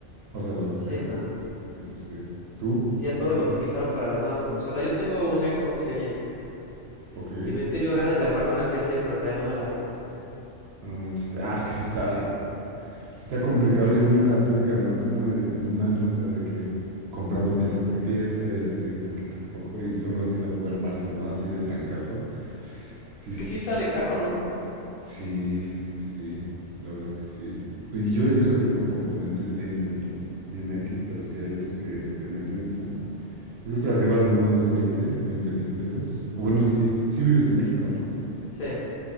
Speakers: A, on the right; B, on the left.
A: O sea, los
B: Sí,
A: que juego.
B: no.
A: Sí, sí, sí. ¿Tú?
B: Sí, ya todo
A: ¿Eres-
B: lo optimizaron para las nuevas consolas. Yo tengo un Xbox Series.
A: Ok.
B: Sí, he tenido ganas de armarme una PC, pero todavía no me la armo.
A: No manches. Ah, es que sí está, sí está complicado. Yo me la tuve que armar como de- en un año, o sea, de que comprando pieza por pieza y así un poquito a poco y solo así la pude armar, si no, así de trancazo. Sí,
B: Es
A: s-
B: que sí sale caro, ¿no?
A: sí, sí, sí. La verdad es que sí. Y yo, y eso que tengo componentes bien, bien X, pero sí hay otros que le meten full. Yo creo que arriba de unos veinte, 20 mil pesos. O bueno, si, es- sí vives en México, ¿no?
B: Sí.